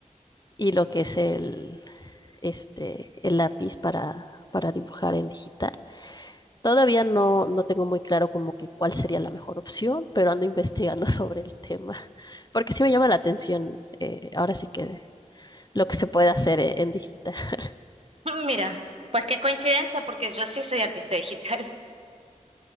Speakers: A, on the left (about 30°); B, on the right (about 50°).
A: y lo que es el, este, el lápiz para, para dibujar en digital. Todavía no, no tengo muy claro como que cuál sería la mejor opción, pero ando investigando <laughs> sobre el tema, porque sí me llama la atención, eh, ahora sí que lo que se puede hacer e- en digital. <laughs>
B: <laughs> Mira, pues qué coincidencia, porque yo sí soy artista digital,